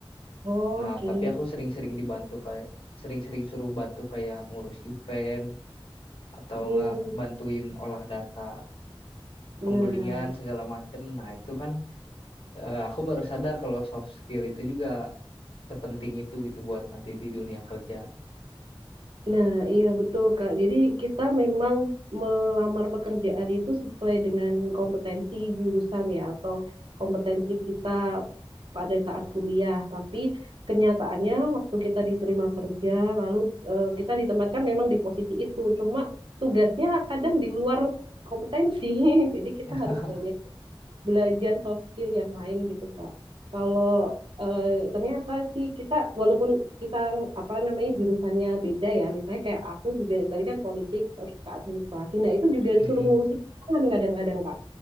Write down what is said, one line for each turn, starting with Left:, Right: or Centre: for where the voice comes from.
Right: oke.
Left: Nah, tapi aku sering-sering dibantu kayak sering-sering suruh bantu kayak ngurus event atau
Right: Hmm,
Left: nggak bantuin olah data
Right: Nah.
Left: pembelian segala macem. Nah, itu kan eh, aku baru sadar kalau soft skill itu juga sepenting itu gitu buat nanti di dunia kerja.
Right: Nah, iya betul Kak. Jadi kita memang melamar pekerjaan itu sesuai dengan kompetensi jurusan ya atau kompetensi kita pada saat kuliah. Tapi kenyataannya waktu kita diterima kerja, lalu eh, kita ditempatkan memang di posisi itu. Cuma tugasnya kadang di luar kompetensi. <laughs> Jadi kita
Left: <laughs>
Right: harus banyak belajar soft skill yang lain gitu Kak. Kalau eh, ternyata sih kita walaupun kita apa namanya jurusannya beda ya, misalnya kayak aku juga tadi kan politik terus ke administrasi, nah itu juga
Left: Mm-mm.
Right: disuruh ngurusin tangan kadang-kadang Kak.